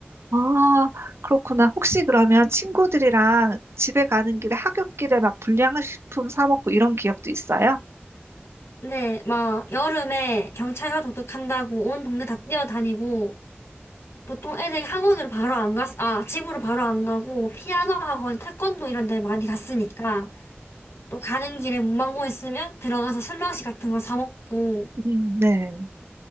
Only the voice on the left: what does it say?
네, 막, 여름에 경찰과 도둑한다고 온 동네 다 뛰어다니고, 보통 애들이 학원으로 바로 안 갔, 아, 집으로 바로 안 가고, 피아노 학원, 태권도 이런 데 많이 갔으니까, 또 가는 길에 문방구 있으면 들어가서 슬러시 같은 거 사 먹고,